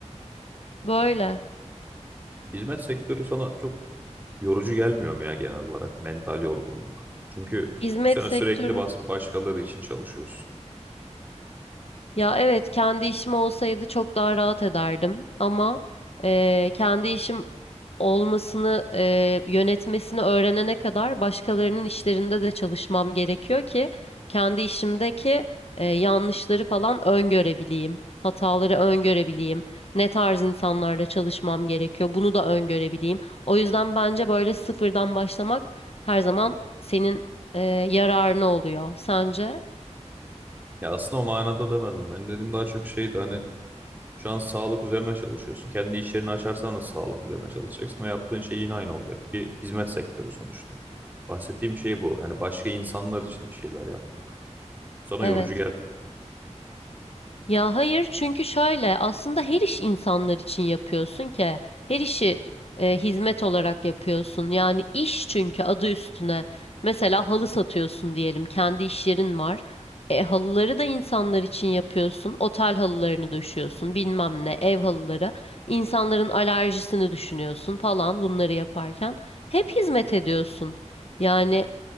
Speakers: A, on the left; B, on the right.
A: Böyle.
B: Hizmet sektörü sana çok yorucu gelmiyor mu ya genel olarak mental yorgunluk? Çünkü
A: Hizmet
B: bu sene
A: sektörü.
B: sürekli bas başkaları için çalışıyorsun.
A: Ya evet kendi işim olsaydı çok daha rahat ederdim ama eee, kendi işim olmasını, e, yönetmesini öğrenene kadar başkalarının işlerinde de çalışmam gerekiyor ki kendi işimdeki e, yanlışları falan öngörebileyim. Hataları öngörebileyim. Ne tarz insanlarla çalışmam gerekiyor. Bunu da öngörebileyim. O yüzden bence böyle sıfırdan başlamak her zaman senin e, yararına oluyor. Sence?
B: Ya aslında o manada demedim. Benim dediğim daha çok şeydi hani şu an sağlık üzerine çalışıyorsun. Kendi iş yerini açarsan da sağlık üzerine çalışacaksın ve yaptığın şey yine aynı olacak. Bir hizmet sektörü sonuçta. Bahsettiğim şey bu. Yani başka insanlar için bir şeyler yapmak. Sana
A: Evet.
B: yorucu gelmiyor bu.
A: Ya hayır çünkü şöyle aslında her iş insanlar için yapıyorsun ki her işi e, hizmet olarak yapıyorsun yani iş çünkü adı üstüne mesela halı satıyorsun diyelim kendi iş yerin var e, halıları da insanlar için yapıyorsun otel halılarını döşüyorsun bilmem ne ev halıları insanların alerjisini düşünüyorsun falan bunları yaparken hep hizmet ediyorsun yani